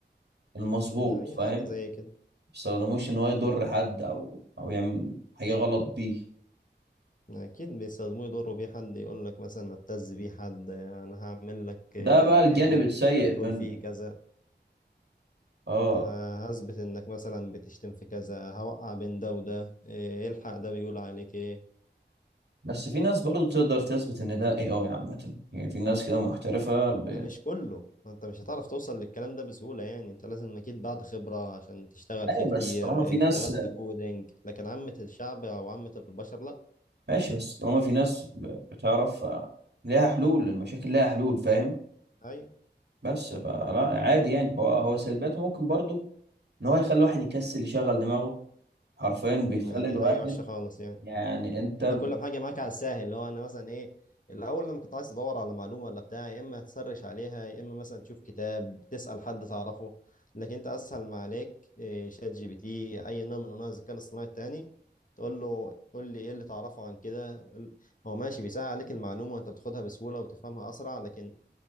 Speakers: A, on the right (about 65°); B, on the left (about 45°).
A: المظبوط
B: اي
A: فاهم
B: حاجة زي
A: ما
B: كده
A: يستخدموش ان هو يضر حد او او يعمل حاجة غلط بيه
B: اكيد بيستخدموه يضروا بيه حد يقول لك مثلا ابتز بيه حد انا هعمل لك
A: ده
B: آه،
A: بقى الجانب
B: فيديو
A: السيء
B: انت بتقول
A: منه
B: فيه كذا
A: اه
B: ه- هثبت انك مثلا بتشتم في كذا هوقع بين ده وده إيه، الحق ده بيقول عليك ايه
A: بس في ناس برضو تقدر تثبت ان ده اي اي عامة يعني في ناس كده محترفة ب...
B: ما مش كله ما انت مش هتعرف توصل للكلام ده بسهولة يعني انت لازم اكيد بعد خبرة عشان تشتغل
A: ايوه
B: فيه كتير
A: بس طالما في ناس
B: اشتغلت كودينج لكن عامة الشعب او عامة البشر لا
A: ماشي بس طالما في ناس ب... بتعرف آه، ليها حلول المشاكل ليها حلول فاهم
B: ايوه
A: بس فلا عادي يعني هو هو سلبياته ممكن برضو ان هو يخلي الواحد يكسل يشغل دماغه حرفيا بيخلي
B: ما دي
A: الواحد
B: حاجة وحشة خالص يعني
A: يعني انت
B: انت
A: ب-
B: كل حاجه معاك على الساهل اللي هو انا مثلا ايه الاول لما كنت عايز تدور على معلومه ولا بتاع يا اما تسرش عليها يا اما مثلا تشوف كتاب تسال حد تعرفه لكن انت اسهل ما عليك إيه، شات جي بي تي اي نوع من انواع الذكاء الاصطناعي التاني تقول له قول لي ايه اللي تعرفه عن كده قول- هو ماشي بيسهل عليك المعلومه وانت بتاخدها بسهوله وتفهمها اسرع لكن